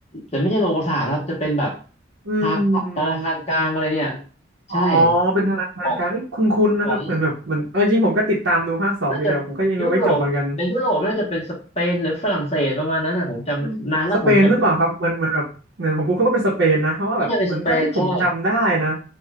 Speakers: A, on the left; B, on the right.
A: แต่ไม่ใช่โรงกษาครับจะเป็นแบบ
B: อืม
A: ธนาคารธนาคารกลางอะไรเนี่ย
B: อ๋อ
A: ใช่
B: เป็นทางการกลางเอ้ยคุ้นๆนะครับเหมือนแบบมันเอาจริงผมก็ติดตามดูภาคสองอยู่แต่ว่าผมก็ยังดูไม่จบเหมือนกัน
A: ของของน่าจะยุโรปในยุโรปน่าจะเป็นสเปนหรือฝรั่งเศสประมาณนั้นนะผมจำนานแล้วผมจำไม่
B: อืมสเปนหรือเปล่าครับมันมันแบบเหมือนผมพูดเขาก็เป็นสเปนนะเพราะว่าแบบเหมือนเท่าที่ผมจำได้นะ
A: น่าจะเป็นสเปนใช่